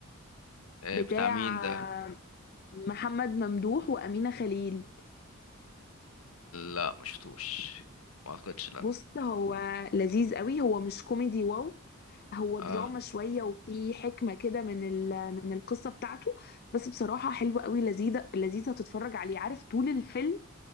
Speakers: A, on the left (about 80°); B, on the left (about 45°).
A: آه،
B: بتاع
A: بتاع مين ده
B: آه، محمد ممدوح وأمينة خليل
A: لا ما شفتوش ما اعتقدش لا
B: بص هو لذيذ قوي هو مش كوميدي واو هو
A: اه
B: دراما شوية وفي حكمة كده من ال- من القصة بتاعته بس بصراحة حلوة قوي لذيذة لذيذة تتفرج عليه عارف طول الفيلم